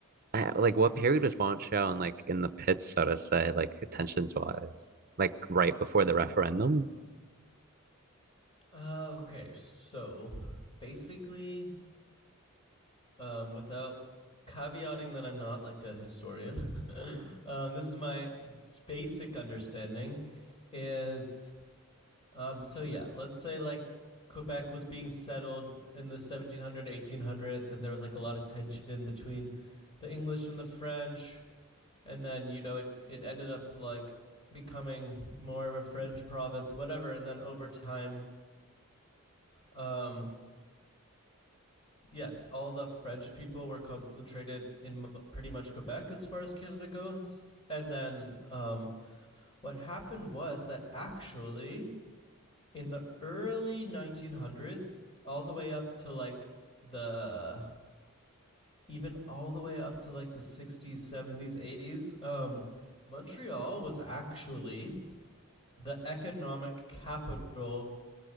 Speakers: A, on the right; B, on the left.
A: I, like what period was Montreal in like in the pits, so to say, like tensions wise? Like right before the referendum?
B: Uh, okay, so basically, um, without caveating that I'm not like a historian, <laughs> um, this is my basic understanding. Is um, so yeah, let's say like Quebec was being settled in the 1700s, 1800s, and there was like a lot of tension between the English and the French, and then you know it it ended up like becoming more of a French province, whatever, and then over time um, yeah, all the French people were concentrated in pretty much Quebec as far as Canada goes. And then um, what happened was that actually in the early 1900s, all the way up to like the even all the way up to like the 60s, 70s, 80s, um, Montreal was actually the economic capital